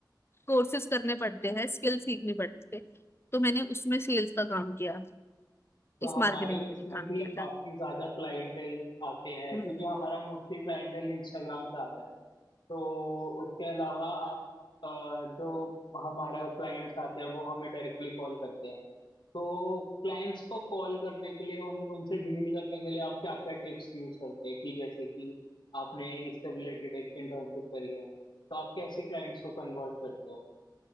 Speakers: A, on the left; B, on the left.
A: कोर्सेज करने पड़ते हैं स्किल सीखनी पड़ती है तो मैंने उसमें सेल्स का काम किया
B: तो
A: इस मार्केटिंग
B: हमारे
A: में
B: उसमें
A: मैंने काम
B: भी
A: किया
B: काफी
A: था
B: ज्यादा क्लाइंटेल आते हैं
A: हम्म।
B: क्योंकि हमारा मोस्टली क्लाइंटेल इंस्टाग्राम से आता है तो उसके अलावा आप अ, जो हमारा क्लाइंट्स आते हैं वो हमें डायरेक्टली कॉल करते हैं तो क्लाइंट्स को कॉल करने के लिए उन उनसे डील करने के लिए आप क्या क्या टिप्स यूज करते हैं कि जैसे कि आपने इससे रिलेटेड एक इंटर्नशिप करी है तो आप कैसे क्लाइंट्स को कन्वर्ट करते हो